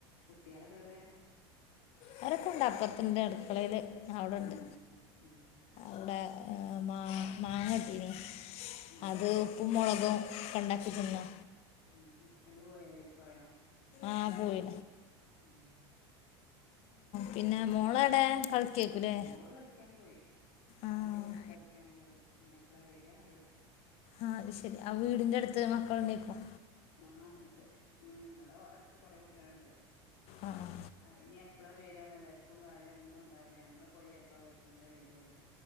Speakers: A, on the left; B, on the left.
A: കുട്ടിയാളൊക്കെ എവ്ടെ?
B: അവരൊക്കെണ്ട് അപ്പൊർത്ത്ണ്ട് അടുക്കളേല് അവിടെണ്ട്.
A: ഉം ഉം ഉം
B: അവ്ടെ ഹ് മാ മാങ്ങട്ടീനി
A: ആഹ്
B: അത്. ഉപ്പും മൊളകും ക്കെണ്ടാക്കി തിന്നോ?
A: ഉം ഹസ്ബന്റ് പോയോ ജോലിക്കോയോ?
B: ആഹ് പോയി.
A: ഉം. വേറൊന്തെക്കേണ്
B: പിന്നെ മോളെവിടെ കളിക്കേക്കൂലേ
A: മോള് കളിക്കാൻ പോയി. ചായുടിച്ച്
B: ആ
A: കളിക്കാൻ പോയി ഇഞ്ഞെപ്പ്ളാ വരാന്നറീല.
B: ആഹ് അത് ശെരി ആ വീടിന്റെ അടുത്ത് മക്കൾ ഇണ്ടേക്കും.
A: ആ ഉണ്ട് ഉം ഇബടെ അട്ത്ത് കൊറെ കുട്ട്യാള്ണ്ട്.
B: അ ആഹ്.
A: ആ ഇനി എപ്പളാ വരാന്ന് വെശ്‌പ്പും കാര്യൊന്നും ഉണ്ടാവൂല നമ്മള് പോയി ചെൽപ്പ വിള്ച്ച്മ്മളേ വര് ഒള്ളു